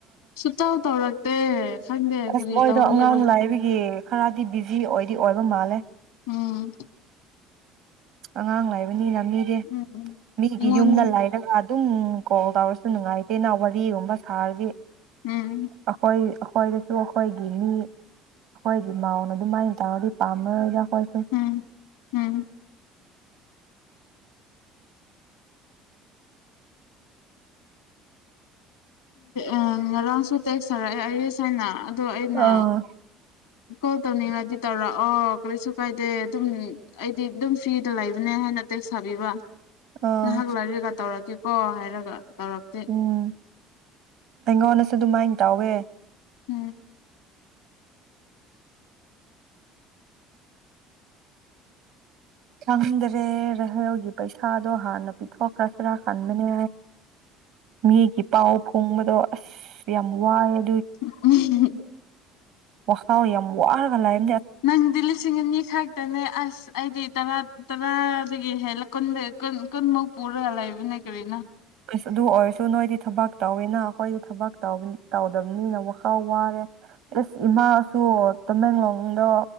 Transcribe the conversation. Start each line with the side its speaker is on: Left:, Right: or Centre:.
Left: ꯁꯨꯛꯇꯧ ꯇꯧꯔꯛꯇꯦ ꯈꯪꯗꯦ
Right: ꯑꯁ
Left: ꯀꯔꯤ
Right: ꯃꯣꯏꯗꯣ
Left: ꯇꯧꯕꯒꯤꯔ
Right: ꯑꯉꯥꯡ ꯂꯥꯏꯕꯒꯤ ꯈꯔꯗꯤ ꯕꯤꯖꯤ ꯑꯣꯏꯗꯤ ꯑꯣꯏꯕ ꯃꯥꯜꯂꯦ
Left: ꯎꯝ
Right: ꯑꯉꯥꯡ ꯂꯩꯕꯅꯤꯅ ꯃꯤꯗꯤ
Left: ꯎꯝ ꯎꯝ
Right: ꯃꯤꯒꯤ
Left: ꯑꯩꯉꯣꯟ
Right: ꯌꯨꯝꯗ ꯂꯥꯏꯔꯒ ꯑꯗꯨꯝ ꯀꯣꯜ ꯇꯧꯔꯁꯨ ꯅꯨꯡꯉꯥꯏꯇꯦꯅ ꯋꯥꯔꯤꯒꯨꯝꯕ ꯁꯥꯔꯗꯤ
Left: ꯎꯝ
Right: ꯑꯩꯈꯣꯏ ꯑꯩꯈꯣꯏꯗꯁꯨ ꯑꯩꯈꯣꯏꯒꯤ ꯃꯤ ꯑꯩꯈꯣꯏꯒꯤ ꯃꯥꯎꯅ ꯑꯗꯨꯃꯥꯏꯅ ꯇꯧꯔꯗꯤ ꯄꯥꯝꯃꯔꯣꯏꯗ ꯍꯣꯏꯁꯦ
Left: ꯎꯝ ꯎꯝ ꯑ ꯉꯔꯥꯡꯁꯨ ꯇꯦꯛꯁ ꯊꯔꯛꯑꯦ ꯑꯥꯏꯔꯤꯁ ꯍꯥꯏꯅ ꯑꯗꯣ ꯑꯩꯅ
Right: ꯑꯥ
Left: ꯀꯣꯜ ꯇꯧꯅꯤꯡꯉꯗꯤ ꯇꯧꯔꯛꯑꯣ ꯀꯔꯤꯁꯨ ꯀꯥꯏꯗꯦ ꯑꯗꯨꯝ ꯑꯩꯗꯤ ꯑꯗꯨꯝ ꯐ꯭ꯔꯤꯗ ꯂꯩꯕꯅꯦ ꯍꯥꯏ ꯍꯥꯏꯅꯥ ꯇꯦꯛꯁ ꯊꯥꯕꯤꯕ
Right: ꯑꯥ
Left: ꯉꯍꯥꯛ ꯂꯩꯔꯒ ꯇꯧꯔꯛꯀꯦꯀꯣ ꯍꯥꯏꯔꯒ ꯇꯧꯔꯛꯇꯦ
Right: ꯎꯝ ꯑꯩꯉꯣꯟꯗꯁꯨ ꯑꯗꯨꯃꯥꯏ ꯇꯧꯋꯦ
Left: ꯎꯝ
Right: ꯈꯪꯗ꯭ꯔꯦ <unintelligible> ꯒꯤ ꯄꯩꯁꯥꯗꯣ ꯍꯥꯟꯅ ꯄꯤꯊꯣꯛꯈ꯭ꯔꯁꯤꯔ ꯈꯟꯕꯅꯦ ꯃꯤꯒꯤ ꯄꯥꯎ ꯐꯣꯡꯕꯗꯣ ꯑꯁ ꯌꯥꯝ ꯋꯥꯏꯑꯦ
Left: <unintelligible>
Right: ꯋꯥꯈꯜ ꯌꯥꯝ ꯋꯥꯔꯒ ꯂꯩꯌ
Left: ꯅꯪꯗꯤ ꯂꯤꯁꯤꯡ ꯑꯅꯤ ꯈꯛꯇꯅꯦ ꯑꯁ ꯑꯩꯗꯤ ꯇꯔꯥ ꯇꯔꯥ ꯗꯒꯤ ꯍꯦꯜꯂ ꯀꯨꯟꯗ ꯀꯨꯟ ꯀꯨꯟꯃꯛ ꯄꯨꯔꯒ ꯂꯩꯕꯅꯦ ꯀꯔꯤꯅꯣ
Right: ꯑꯁ ꯑꯗꯨ ꯑꯣꯏꯔꯁꯨ ꯅꯣꯏꯗꯤ ꯊꯕꯛ ꯇꯧꯋꯦꯅ ꯑꯩꯈꯣꯏꯗꯤ ꯊꯕꯛ ꯇꯧꯕ ꯇꯧꯗꯕꯅꯤꯅ ꯋꯥꯈꯜ ꯋꯥꯔꯦ ꯏꯁ ꯏꯃꯥꯁꯨ ꯇꯃꯦꯡꯂꯣꯡꯗ